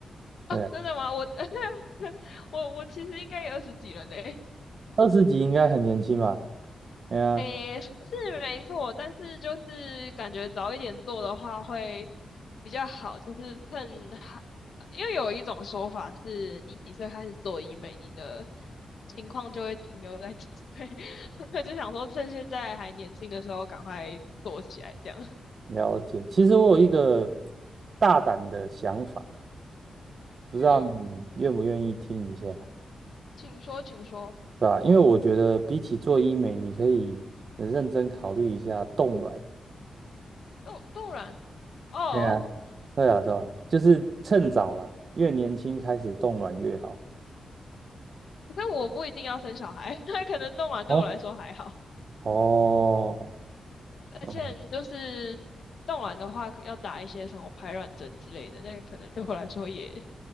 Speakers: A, on the left; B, on the right.
A: <laughs> 啊，
B: 对啊，
A: 真的吗？我 <laughs> 我我其实应该也二十几了呢。
B: 二十几应该很年轻吧？哎呀，
A: 诶，是没错，但是就是感觉早一点做的话会比较好，就是趁还，因为有一种说法是，你几岁开始做医美，你的情况就会停留在几岁，<laughs> 所以就想说趁现在还年轻的时候赶快做起来，这样。
B: 了解。其实我有一个大胆的想法，不知道你愿不愿意听一下？
A: 嗯，请说，请说。
B: 对吧？因为我觉得比起做医美，你可以认真考虑一下冻卵。
A: 冻冻卵哦，
B: 对啊，
A: <laughs>
B: 对啊，对吧？就是趁早啦，越年轻开始冻卵越好。
A: 可是我不一定要生小孩，<laughs> 那可能冻卵对我来说还好。
B: 哦哦，
A: 而且你就是弄完的话，
B: 哦
A: 要打一些什么排卵针之类的，那个可能对我来说也